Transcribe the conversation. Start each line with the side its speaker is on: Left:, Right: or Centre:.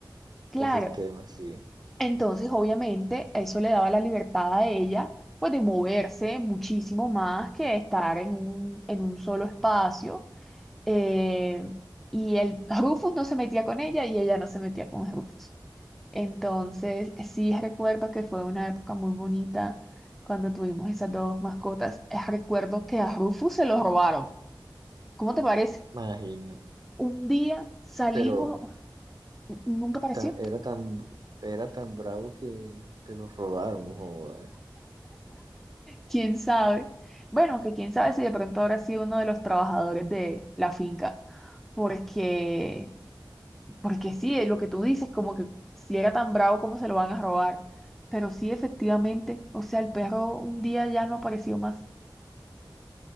Right: ese
Centre: Claro,
Right: sistema, sí.
Centre: entonces obviamente eso le daba la libertad a ella, pues de moverse muchísimo más que estar en un, en un solo espacio. Eh, y el <laughs> Rufus no se metía con ella y ella no se metía con Rufus. Entonces, sí recuerdo que fue una época muy bonita cuando tuvimos esas dos mascotas. Eh, Recuerdo que a Rufus se lo robaron. ¿Cómo te parece?
Right: Imagino.
Centre: Un día salimos,
Right: Pero
Centre: n- nunca apareció.
Right: ta- era tan, bu- era tan bravo que se lo robaron, joder.
Centre: ¿Quién sabe? Bueno, que quién sabe si de pronto habrá sido uno de los trabajadores de la finca. Porque, porque sí, eh, lo que tú dices, como que si era tan bravo, ¿cómo se lo van a robar? Pero sí, efectivamente, o sea, el perro un día ya no apareció más.